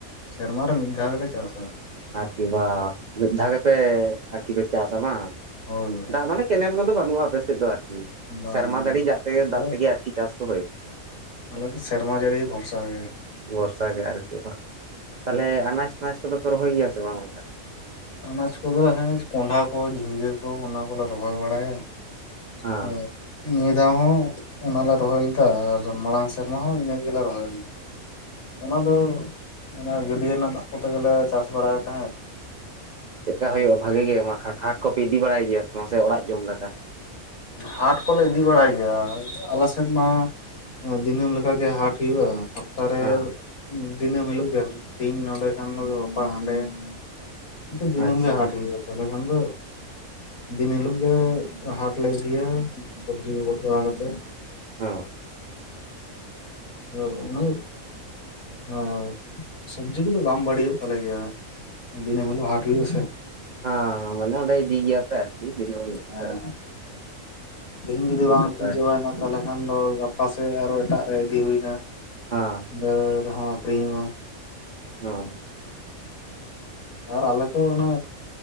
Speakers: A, on the left; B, on the right.
A: ᱥᱮᱨᱢᱟ ᱨᱮ ᱢᱤᱫ ᱫᱷᱟᱣ ᱜᱮᱞᱮ ᱪᱟᱥᱟ᱾
B: ᱟᱨᱠᱤ ᱵᱟ, ᱢᱤᱫ ᱫᱷᱟᱣ ᱜᱮᱯᱮ, ᱟᱨᱠᱤ ᱯᱮ ᱪᱟᱥᱼᱟ ᱵᱟᱝ?
A: ᱦᱳᱭ ᱵᱚᱭᱦᱟ
B: ᱫᱟᱜ, ᱢᱟᱱᱮ ᱠᱮᱱᱮᱞ ᱠᱚᱫᱚ ᱵᱟᱹᱱᱩᱜᱼᱟ ᱾ ᱟᱯᱮ ᱥᱮᱫ ᱫᱚ, ᱟᱨᱠᱤ
A: ᱵᱟᱝ
B: ᱥᱮᱨᱢᱟ
A: ᱵᱟᱝ
B: ᱡᱟᱹᱲᱤ ᱫᱟᱜ
A: ᱟᱫᱚ
B: ᱛᱮᱜᱮ, ᱟᱨᱠᱤ ᱪᱟᱥ ᱠᱚ ᱦᱩᱭᱩᱜ,
A: ᱟᱞᱮ ᱫᱚ ᱥᱮᱨᱢᱟ ᱡᱟᱹᱲᱤ ᱵᱷᱚᱨᱥᱟ ᱜᱮ
B: ᱵᱚᱨᱥᱟ ᱜᱮ ᱟᱨᱠᱤ, ᱵᱟᱝ? ᱛᱟᱞᱦᱮ ᱟᱱᱟᱡ ᱟᱱᱟᱡᱽ ᱠᱚᱫᱚ ᱯᱮ, ᱨᱚᱦᱚᱭ ᱜᱮᱭᱟ ᱥᱮ ᱵᱟᱝ? ᱵᱚᱭᱦᱟ ᱾
A: ᱟᱱᱟᱡᱽ ᱠᱚᱫᱚ ᱾ ᱦᱮᱸ, ᱠᱚᱸᱰᱷᱟ ᱠᱚ, ᱡᱷᱤᱸᱜᱟᱹ ᱠᱚ, ᱚᱱᱟ ᱠᱚ ᱞᱮ ᱨᱚᱦᱚᱭ ᱵᱟᱲᱟᱭᱟ ᱾
B: ᱦᱮᱸ
A: ᱦᱮ ᱾ ᱱᱤᱭᱟᱹ ᱫᱷᱟᱣ ᱦᱚᱸ ᱚᱱᱟ ᱞᱮ ᱨᱚᱦᱚᱭ ᱞᱮᱫᱟ ᱟᱨ ᱢᱟᱲᱟᱝ ᱥᱮᱨᱢᱟ ᱦᱚᱸ ᱤᱱᱟᱹ ᱜᱮᱞᱮ ᱨᱚᱦᱚᱭ ᱞᱮᱫᱟ ᱾ ᱚᱱᱟ ᱫᱚ ᱚᱱᱟ ᱜᱟᱹᱰᱭᱟᱹ ᱨᱮᱱᱟᱜ ᱫᱟᱜ ᱠᱚᱛᱮ ᱜᱮᱞᱮ ᱪᱟᱥ ᱵᱟᱲᱟᱭ ᱛᱟᱦᱮᱸᱫ ᱾
B: ᱪᱮᱫᱠᱟ ᱦᱩᱭᱩᱜᱼᱟ ᱵᱷᱟᱜᱮ ᱜᱮ, ᱦᱟᱴ ᱠᱚ ᱯᱮ ᱤᱫᱤ ᱵᱟᱲᱟᱭ ᱜᱮᱭᱟ ᱥᱮ ᱵᱟᱝ ᱥᱮ ᱚᱲᱟᱜ ᱡᱚᱢ ᱞᱮᱠᱟ?
A: ᱦᱟᱴ ᱠᱚᱞᱮ ᱤᱫᱤ ᱵᱟᱲᱟᱭ ᱜᱮᱭᱟ ᱾ ᱟᱞᱮ ᱥᱮᱫ ᱢᱟ ᱫᱤᱱᱟᱹᱢ ᱞᱮᱠᱟ ᱜᱮ ᱦᱟᱴ ᱦᱩᱭᱩᱜᱼᱟ ᱾ ᱦᱟᱯᱛᱟ ᱨᱮ
B: ᱦᱮᱸ
A: ᱫᱤᱱᱟᱹᱢ ᱦᱤᱞᱳᱜ ᱜᱮ, ᱛᱮᱦᱤᱧ ᱱᱚᱸᱰᱮ ᱠᱷᱟᱱ ᱫᱚ ᱜᱟᱯᱟ ᱦᱟᱸᱰᱮ ᱾ ᱤᱱᱠᱟᱹ ᱫᱤᱱᱟᱹᱢ
B: ᱟᱪᱪᱷᱟ
A: ᱜᱮ ᱦᱟᱴ ᱦᱩᱭᱩᱜᱼᱟ, ᱛᱟᱦᱞᱮ ᱠᱷᱟᱱ ᱫᱚ ᱫᱤᱱ ᱦᱤᱞᱳᱜ ᱜᱮ ᱦᱟᱴ ᱞᱮ ᱤᱫᱤᱭᱟ ᱥᱚᱵᱽᱡᱤ ᱠᱚ ᱜᱚᱫ ᱵᱟᱲᱟ ᱠᱟᱛᱮ ᱾
B: ᱦᱚᱸ ᱾
A: ᱟᱫᱚ ᱩᱱᱟᱹᱜ <inaudible> ᱦᱮᱸ, ᱥᱚᱵᱽᱡᱤ ᱠᱚᱫᱚ ᱵᱟᱝ ᱵᱟᱹᱲᱤᱡᱼᱚᱜ ᱛᱟᱞᱮ ᱜᱮᱭᱟ ᱾ ᱫᱤᱱᱟᱹᱢ ᱦᱤᱞᱳᱜ ᱦᱟᱴ ᱦᱩᱭᱩᱜᱼᱟ ᱥᱮ ᱾
B: ᱦᱮᱸ, ᱢᱟᱱᱮ ᱚᱸᱰᱮ ᱤᱫᱤ ᱜᱮᱭᱟ ᱯᱮ ᱟᱨᱠᱤ <unintelligible>
A: ᱦᱮᱸ ᱛᱮᱦᱤᱧ ᱡᱩᱫᱤ
B: ᱟᱹᱰᱤ
A: ᱵᱟᱝ
B: ᱱᱟᱯᱟᱭ
A: ᱟᱹᱠᱷᱨᱤᱧ ᱪᱟᱵᱟᱭᱮᱱᱟ ᱛᱟᱞᱦᱮ ᱠᱷᱟᱱ ᱫᱚ ᱜᱟᱯᱟ ᱥᱮᱫ ᱟᱨᱚ ᱮᱴᱟᱜ ᱨᱮ ᱤᱫᱤ ᱦᱩᱭ ᱮᱱᱟ ᱾
B: ᱦᱮᱸ ᱾
A: ᱛᱟᱹᱣ ᱨᱮᱦᱚᱸ ᱟᱹᱠᱷᱨᱤᱧᱚᱜᱼᱟ ᱾
B: <unintelligible>
A: ᱟᱨ ᱟᱞᱮ ᱛᱚ ᱚᱱᱟ